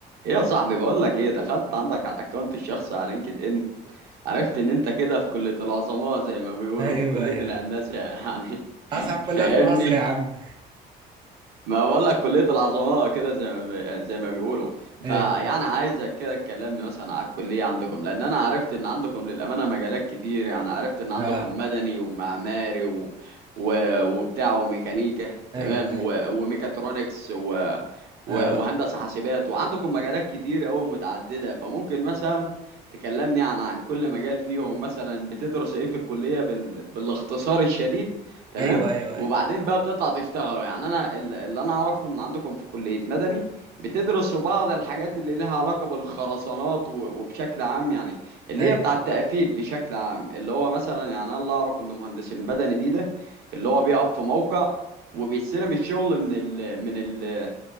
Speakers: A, on the right (about 75°); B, on the right (about 25°).
A: ايه يا صاحبي بقول لك ايه دخلت عندك على الاكونت الشخصي على لينكد ان عرفت ان انت كده في كلية العظماء زي ما بيقولوا
B: ايوه
A: في كلية
B: ايوه
A: الهندسة يعني
B: اصعب
A: <laughs>
B: كلها
A: فاهمني
B: في مصر يا عم
A: ما بقول لك كلية العظماء كده زي ما زي ما بيقولوا فيعني
B: ايوه
A: عايزك كده تكلمني مثلا على الكلية عندكم لأن أنا عرفت إن عندكم للأمانة مجالات كتير يعني عرفت إن عندكم
B: اه
A: مدني ومعماري و... و... وبتاع وميكانيكا
B: ايوه
A: تمام
B: ايوه
A: و... وميكاترونكس و... و...
B: اه
A: وهندسة حاسبات وعندكم مجالات كتير أوي متعددة فممكن مثلا تكلمني عن عن كل مجال فيهم مثلا بتدرس إيه في الكلية بال... بالاختصار الشديد تمام
B: ايوه ايوه
A: وبعدين
B: ايوه
A: بقى بتطلع تشتغلوا يعني انا ال- اللي انا اعرفه ان عندكم في كلية مدني بتدرسوا بعض الحاجات اللي لها علاقة بالخرسانات و- وبشكل عام يعني اللي
B: ايوه
A: هي بتاع التقفيل بشكل عام اللي هو مثلا يعني انا اللي اعرف ان مهندس المدني دي ده اللي هو بيقف في موقع وبيستلم الشغل من ال من ال